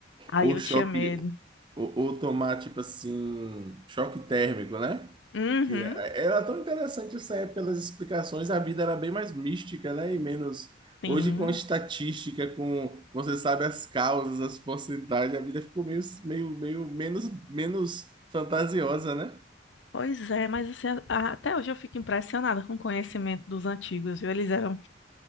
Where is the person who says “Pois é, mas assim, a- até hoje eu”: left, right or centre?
Left